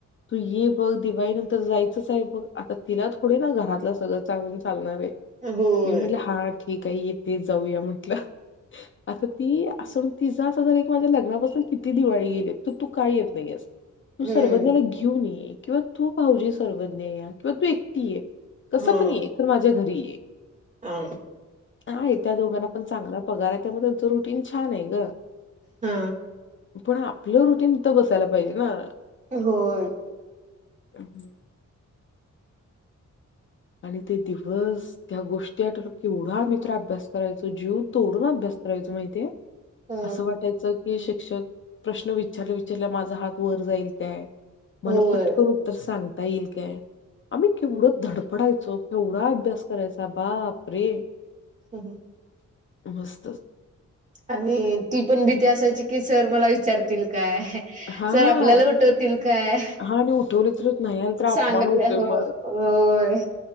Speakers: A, on the left; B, on the right.
A: तू ये बघ दिवाळी नंतर जायचंच आहे, बघ आता तिला थोडी ना घरातलं सगळं चांगून चालणार आहे,
B: होय.
A: मी म्हटलं हा कठी काही येते जाऊया म्हटलं. आता ती असून ति जा स जर एक माझ्या लग्नापासून किती दिवाळी गेली, तर तू काही येत नाहीयस. तू
B: हम्म.
A: सर्वज्ञाला घेऊन ये किंवा तू, भाहजी सर्वज्ञ या किंवा तू एकटी ये, कसं
B: हा.
A: पण आहे खर माझ्या घरी ये,
B: हा.
A: आहे आहे त्या दोघांना पण चांगला पगार आहे, त्यामुळे त्यांचं रुटीन छान आहे ग.
B: हा,
A: पण आपलं रुटीन, तर बसायला पाहिजे ना.
B: होय,
A: हम्, आणि ते दिवस त्या गोष्टी आठवल तर केवढ्या, आम्ही तर मित्र अभ्यास करायचो जीव तोडून अभ्यास, करायचो माहिती आहे,
B: अ
A: असं वाटायचं की शिक्षक प्रश्न विचारल्या विचारल्या माझा हात वर जाईल काय? मला
B: होय.
A: पटकन उत्तर सांग, ता येईल काय? आम्ही केवढं धड, पडायचो, केवढा अभ्यास करायचा बाप रे,
B: हं हं
A: मस्तचं,
B: आणि ती पण भीती असायची, की सर मला विचारतील काय,
A: हां.
B: सर आपल्याला उठवतील काय,
A: हां आणि उठवले तर नाही आलं तर अपमान
B: सांगायला
A: होतोय
B: हो
A: मग.
B: होय होय.